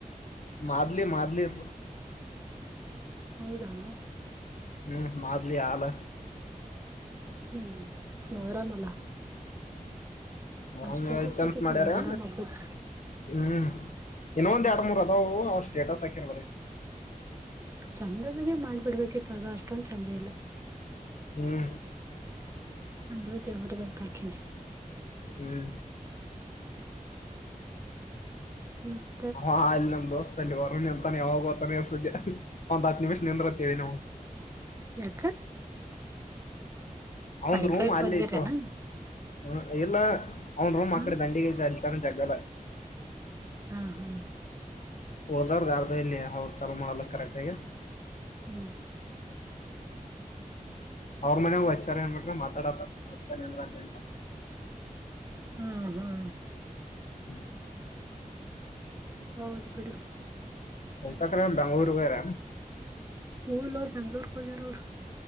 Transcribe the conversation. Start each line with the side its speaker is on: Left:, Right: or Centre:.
Left: ಮಾದ್ಲಿ ಮಾದ್ಲಿ ಇತ್ತು
Right: ಹೌದಾ
Left: ಹು ಮಾದ್ಲಿ ಹಾಲ.
Right: ಹು ಮೊರಂ ಅಲ್ಲಾ.
Left: ಮೊರಂ
Right: ಸ್ಟೇಟಸ್
Left: ಇತ್ತಂತ
Right: ಹಾಕಿದ್
Left: ಮಾಡ್ಯಾರಾ.
Right: ನನ್ ಮೊಹರಂ ಹಬ್ಬದ
Left: ಹು ಇನ್ನೊಂದ ಎರಡು ಮೂರ ಅದವು ಅವ ಸ್ಟೇಟಸ್ ಹಾಕೇನ ಬರೆ.
Right: ಚಂದದಾಗೆ ಮಾಡ್ಬಿಡ್ಬೇಕಿತ್ತುದ ಅಷ್ಟೊಂದ ಚೆಂದ ಇಲ್ಲಾ.
Left: ಹು
Right: ಅಂದ್ರು ದೇವ್ರದಕ್ಕ ಹಾಕೇನಿ.
Left: ಹು
Right: ಹು
Left: ಅವಾ ಅಲ್ಲಿ ನಮ್ಮ ದೋಸ್ತ ಅಲ್ಲಿ ಹೊರ ನಿಂತಾನೆ ಯಾವಾಗೊತಾನ ಸುದ್ದಿ ಒಂದ ಹತ್ತ ನಿಮಿಷ ನಿಂದರತ್ತೇಳೆನಿ ಅವುಂಗ.
Right: ಯಾಕ
Left: ಅವಂದ
Right: ವೈಫೈಗ್
Left: ರೂಮ ಅಲ್ಲಿ
Right: ಬಂದಿರೇನ
Left: ಇತ್ತು. ಹ ಲ್ಲಾ ಅವ್ನ ರೂಮ
Right: ಹ್ಮ್
Left: ಅಕಡೆ ದಂಡಿಗೈತ ಅಲ್ಲಿತಾನಾ ಜಗ್ಗಲ್ಲಾ.
Right: ಹಾ ಹಾ
Left: ಓದಾರ್ದರ್ ಇಲ್ಲಿ ಹೌದ ಚಲೋ ಮಾಡಲ ಕರೆಕ್ಟ್ ಆಗಿ.
Right: ಹ್ಮ್
Left: ಅವರ ಮನೆಗುವೆ ಹಚ್ಚಿ. ಮಾತಾಡಲ್ಲ <unintelligible>
Right: ಹ್ಮ್ ಹ್ಮ್
Left: <unintelligible>
Right: ಹೌದು ಬಿಡು.
Left: ಕವಿತಕ್ಕ ಏನು ಬೆಂಗಳೂರಿಗೆ ಹೋಗೋರ.
Right: ಹು ಲೋ ಬೆಂಗಳೂರಿಗೆ ಹೋಗೋರೆ.